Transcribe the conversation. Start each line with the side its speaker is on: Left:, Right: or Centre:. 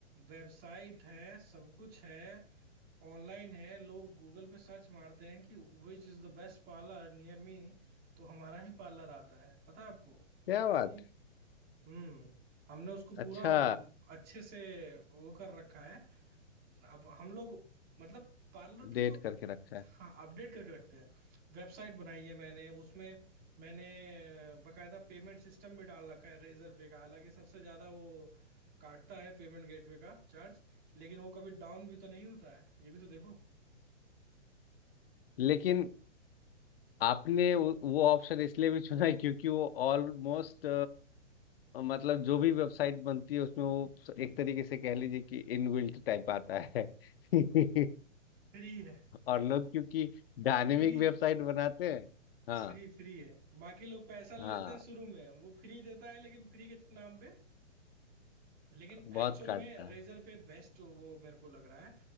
Right: वेबसाइट है सब कुछ है ऑनलाइन है लोग गूगल पे सर्च मारते हैं कि which is the best parlour near me तो हमारा ही पार्लर आता है पता है आपको
Left: क्या
Right: तो
Left: बात
Right: ये हम्म हमने उसको पूरा
Left: अच्छा
Right: अच्छे से वो कर रखा है अब हम लोग मतलब पार्लर की
Left: डेट
Right: जो
Left: करके रखा है
Right: हाँ अपडेट करके रखते हैं वेबसाइट बनाई है मैंने उसमें मैंने अ, बकायदा पेमेंट सिस्टम भी डाल रखा है रेजर पे का हालांकि सबसे ज्यादा वो काटता है पेमेंट गेटवे का चार्ज लेकिन वो कभी डाउन भी तो नहीं होता है ये भी तो देखो
Left: लेकिन आपने वो वो ऑप्शन इसलिए भी चुना है क्योंकि वो ऑलमोस्ट मतलब जो भी वेबसाइट बनती है उसमें वो एक तरीके से कह लीजिए कि इनबिल्ट टाइप आता है <laughs>
Right: फ्री है
Left: और लोग क्योंकि डायनेमिक
Right: फ्री
Left: वेबसाइट बनाते हैं हाँ
Right: फ्री फ्री है बाकी लोग पैसा ले
Left: हाँ
Right: लेते हैं शुरू में वो फ्री देता है लेकिन फ्री के नाम पे लेकिन
Left: बहुत
Right: एक्चुअल
Left: काटता
Right: में रेजर
Left: है
Right: पे बेस्ट वो मेरे को लग रहा है